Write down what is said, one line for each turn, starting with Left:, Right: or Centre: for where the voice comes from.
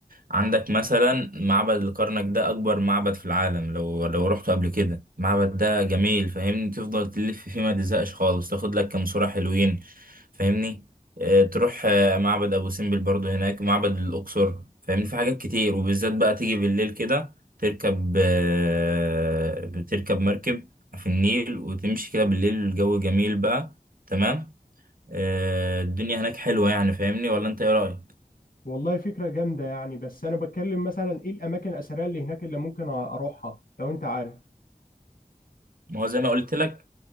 Right: عندك مثلا معبد الكرنك ده اكبر معبد في العالم لو لو رحته قبل كده المعبد ده جميل فاهمني تفضل تلف فيه ما تزهقش خالص تاخد لك كام صورة حلوين فاهمني اه تروح اه، معبد ابو سمبل برضه هناك معبد الاقصر فاهمني في حاجات كتير وبالذات بقى تيجي بالليل كده تركب آه، بتركب مركب في النيل وتمشي كده بالليل الجو جميل بقى تمام آه، الدنيا هناك حلوة يعني فاهمني ولا انت ايه رأيك
Left: والله فكرة جامدة يعني بس أنا بتكلم مثلا إيه الأماكن الأثرية اللي هناك اللي ممكن أروحها لو أنت عارف
Right: ما هو زي ما قلت لك